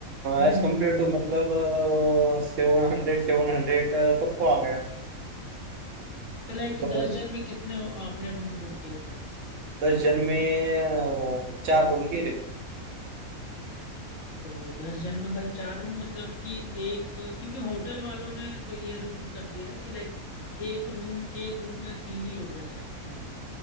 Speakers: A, on the left (about 60°); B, on the right (about 65°).
A: हम्म
B: एज
A: हम्म
B: कम्पेयर
A: हम्म हम्म
B: टू मतलब
A: हम्म।
B: सेवन हंड्रेड सेवन हंड्रेड सबको आ गया
A: तो लाइक
B: मतलब
A: दस जन में कितने आपने रूम बुक किए थे
B: दस जन में अ, चार रूम भी थे
A: तो दस जन में भाई चार रूम मतलब कि एक क्योंकि होटल वालों ने तो ये रूल कर दिया है कि लाइक एक रूम एक रूम में तीन ही लोग रह सकते हैं